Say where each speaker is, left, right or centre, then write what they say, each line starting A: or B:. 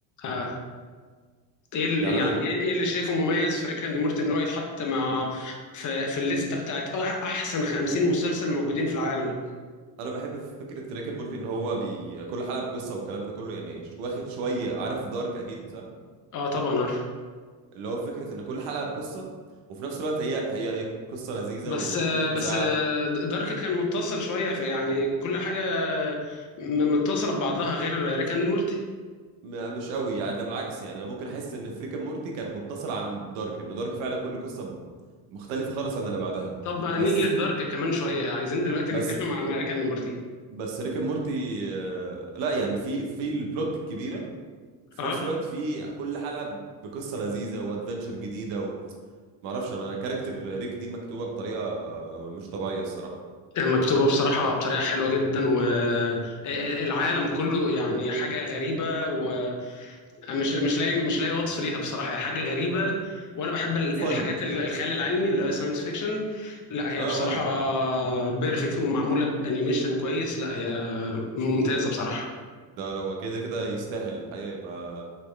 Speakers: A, on the left; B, on the right.
A: آه. ايه ال-
B: يعني
A: يعني
B: انا
A: ايه إيه اللي شايفه مميز في ريك اند مورتي ان هو يتحط مع في, في الليستة بتاعت أح- احسن 50 مسلسل موجودين في العالم؟
B: انا بحب في فكره ريكن مورتي ان هو بي... كل حلقه بقصه والكلام ده كله يعني واخد شويه عارف دارك اكيد صح
A: اه طبعا عارف
B: اللي هو فكرة ان كل حلقة بقصة وفي نفس الوقت هي هي إيه، قصة لذيذة
A: بس
B: وتلت ساعة
A: بس دارك كان متصل شوية فيعني كل حاجة م- متصلة ببعضها غير ريك اند مورتي
B: م- مش قوي يعني ده بالعكس يعني انا ممكن احس ان فريكا مورتي كان متصل عن دارك ان دارك فعلا كل قصة ب- مختلفة خالص عن اللي بعدها
A: طب بقى
B: بس
A: نيجي لدارك كمان شوية عايزين دلوقتي
B: بس
A: نتكلم عن ريك اند مورتي
B: بس ريكا مورتي آه، لا يعني في في البلوت الكبيرة في
A: اه
B: نفس الوقت في كل حلقة بقصة لذيذة وادفنتشر جديدة و... معرفش انا كاركتر ريك دي مكتوبة بطريقة آه، مش طبيعية الصراحة
A: مكتوبة بصراحة بطريقة حلوة جدا والعالم كله يعني حاجة غريبة ومش مش لاقي مش لاقي وصف ليها بصراحة هي حاجة غريبة وانا بحب ال-
B: فن
A: الحاجات ال- الخيال العلمي اللي هو ساينس فيكشن لا هي
B: اه
A: بصراحة
B: وانا
A: بيرفكت ومعمولة بانيميشن كويس لا هي ممتازة بصراحة
B: ده لو كده كده يستاهل الحقيقة يبقى